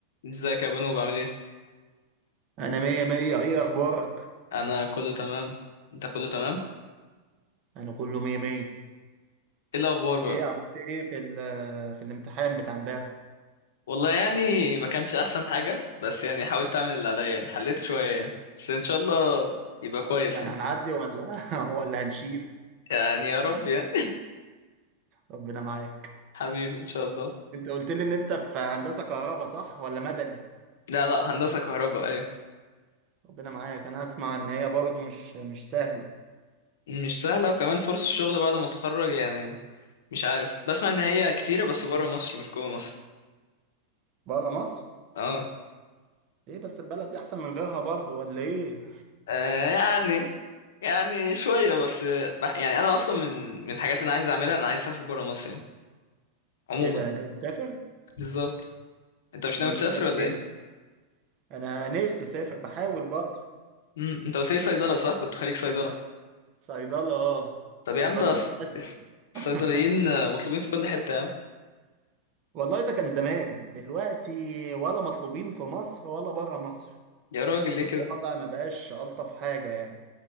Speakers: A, on the left; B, on the right.
A: ازيك يا بنو بعمل ايه
B: انا مية مية ايه اخبارك
A: انا كله تمام انت كله تمام
B: انا كله مية مية
A: ايه الاخبار بقى
B: ايه عملت ايه في ال في الامتحان بتاع امبارح
A: والله يعني ما كانش احسن حاجه بس يعني حاولت اعمل اللي عليا يعني حليت شويه يعني بس ان شاء الله يبقى كويس
B: يعني
A: يعني
B: هنعدي ولا <laughs> ولا هنشيل
A: يعني يا رب يعني
B: ربنا معاك
A: <laughs> حبيبي ان شاء الله
B: انت قلت لي ان انت في هندسة كهرباء صح ولا مدني
A: لا لا هندسه كهرباء ايوه
B: ربنا معاك انا اسمع ان هي برضه مش مش سهلة
A: مش سهله وكمان فرص الشغل بعد ما اتخرج يعني مش عارف بسمع ان هي كتيره بس بره مصر مش جوه مصر
B: بره مصر
A: اه
B: ايه بس البلد دي احسن من غيرها برضه ولا ايه
A: آه، يعني يعني شويه بس آه، بح- يعني انا اصلا من من الحاجات اللي انا عايز اعملها انا عايز اسافر بره مصر يعني
B: <laughs>
A: عموما
B: ايه ده ناوي تسافر
A: بالظبط انت مش
B: ناوي
A: ناوي تسافر
B: تسافر
A: ولا
B: فين
A: ايه
B: انا نفسي اسافر بحاول برضه
A: امم انت قلت لي صيدله صح كنت خريج صيدله
B: صيدلة اه
A: طب
B: صيدلة
A: يا عم ده
B: للأسف
A: الص- الص-
B: <laughs>
A: الصيدليين آه، مطلوبين في كل حته يا عم
B: والله ده كان زمان دلوقتي ولا مطلوبين في مصر ولا بره مصر
A: يا راجل ليه كده
B: الوضع ما بقاش ألطف حاجة يعني